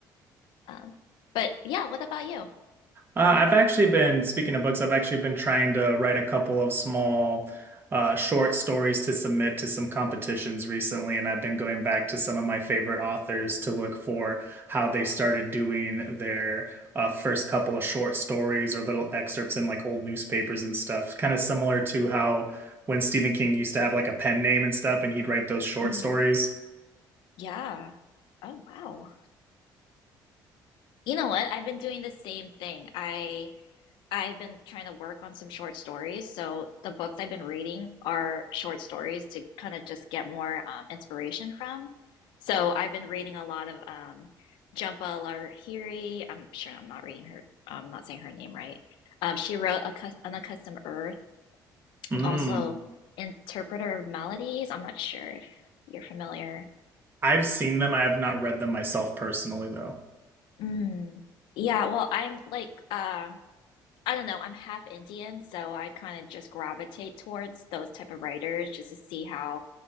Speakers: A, on the left; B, on the right.
A: Um, but yeah, what about you?
B: I've actually been, speaking of books, I've actually been trying to write a couple of small, uh, short stories to submit to some competitions recently, and I've been going back to some of my favorite authors to look for how they started doing their uh, first couple of short stories or little excerpts in like old newspapers and stuff. Kind of similar to how when Stephen King used to have like a pen name and stuff, and he'd write those short
A: hmm
B: stories.
A: Yeah. Oh, wow. You know what? I've been doing the same thing. I I've been trying to work on some short stories. So the books I've been reading are short stories to kind of just get more um, inspiration from. So I've been reading a lot of um, Jhumpa Lahiri. I'm sure I'm not reading her. I'm not saying her name right. Um, she wrote a Unaccustomed Earth
B: Mm.
A: and also Interpreter of Maladies*. I'm not sure if you're familiar.
B: I've seen them. I have not read them myself personally, though.
A: Mm. Yeah, well, I'm like um I don't know. I'm half Indian, so I kind of just gravitate towards those type of writers just to see how